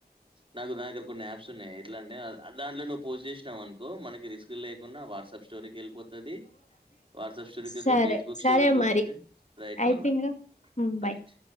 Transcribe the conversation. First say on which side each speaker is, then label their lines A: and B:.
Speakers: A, on the right; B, on the left.
A: నాకు నా దగ్గర కొన్ని యాప్స్ ఉన్నయి ఎట్లా అంటే దాంట్లో నువ్వు పోస్ట్ చేసినవు అనుకో మనకి రిస్క్ లేకుండా వాట్సాప్ స్టోరీకి వెళ్ళిపోతది. వాట్సప్ స్టోరికివెళ్తే,
B: సరే
A: ఫేస్బుక్
B: సరే
A: స్టోరికిపోతది.
B: మరి
A: రైట్
B: అయిపోయిందిగా
A: మళ్ళ రైట్.
B: బాయ్